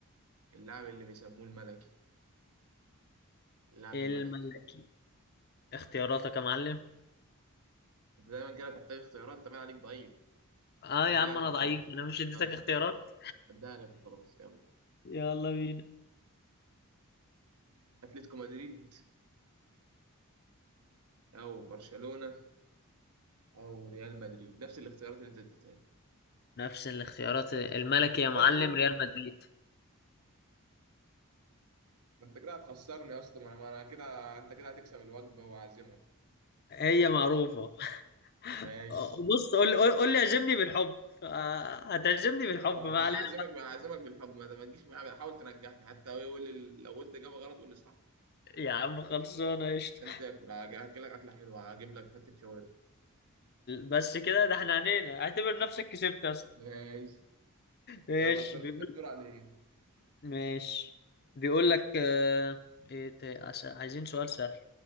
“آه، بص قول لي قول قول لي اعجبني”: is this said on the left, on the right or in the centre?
Left